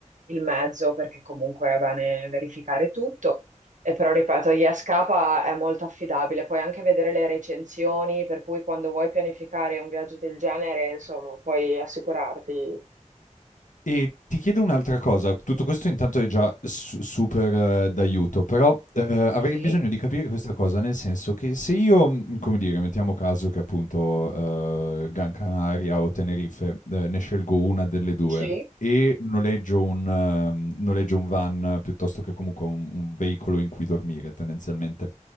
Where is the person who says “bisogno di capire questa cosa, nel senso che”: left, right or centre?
Left